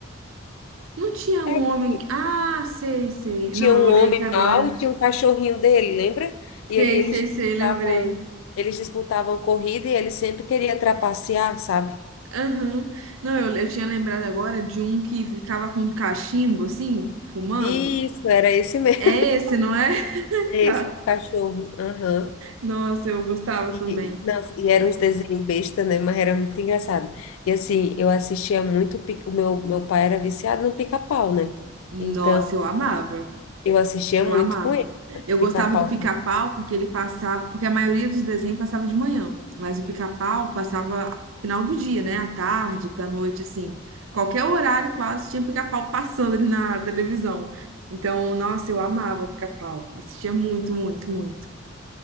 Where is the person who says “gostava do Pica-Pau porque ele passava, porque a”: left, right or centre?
Right